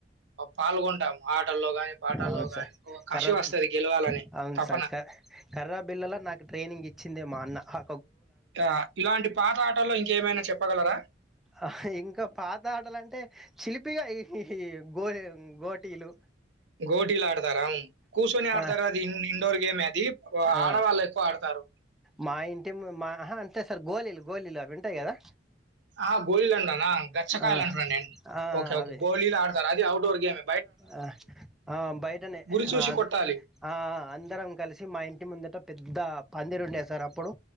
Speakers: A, on the right (about 70°); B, in the centre.
A: పాల్గొంటాం ఆటల్లో గాని, పాటల్లో
B: అవును
A: గాని.
B: సార్
A: ఒక కసి
B: కర్రా
A: వస్తది గెలవాలని
B: అవును
A: తపన.
B: సార్ క కర్రా బిల్లలో నాకు ట్రైనింగ్ ఇచ్చిందే మా నా హా
A: ఆ ఇలాంటి పాత ఆటల్లో ఇంకేమైనా చెప్పగలరా
B: ఆ ఇంకా పాత ఆటలంటే చిలిపిగా ఇహి హి గో గోటిలు
A: గోటీలు ఆడతారా కూర్చొని ఆడతారు
B: ఆ
A: అది ఇ ఇండోర్ గేమ్ అది
B: ఆ
A: ఆడవాళ్ళు ఎక్కువ ఆడతారు
B: మా ఇంటి మా ఆహా అంతే సార్ గోలిలు గోలీలు అవి ఉంటాయి కదా
A: ఆ గోలిలండన గచ్చకాయలు
B: ఆ
A: అంటారండి
B: ఆ
A: ఓకే ఓకే
B: అవే
A: గోలీలు ఆడతారు అది అఔట్డోర్ గేమ్
B: ఆ ఆ బయటనే
A: గురి చూసి
B: ఆ
A: కొట్టాలి.
B: ఆ అందరం కలిసి మా ఇంటి ముందట పెద్ద పందిరు ఉండేసారు అప్పుడు